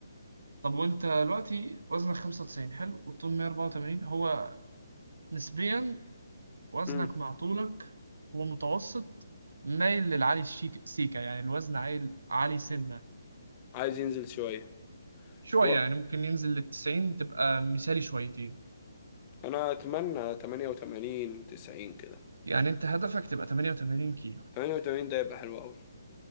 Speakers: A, on the right; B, on the left.
A: طب وانت دلوقتي وزنك 95 حلو والطول 184 هو نسبيا وزنك
B: امم
A: مع طولك هو متوسط مايل للعالي الشيك سيكا يعني الوزن عالي عالي سنة
B: عايز ينزل شويه
A: شوية
B: هو
A: يعني ممكن ينزل لل 90 تبقى مثالي شويتين
B: انا اتمنى 88 90 كده
A: يعني انت هدفك تبقى 88 كيلو
B: 88 ده يبقى حلو قوي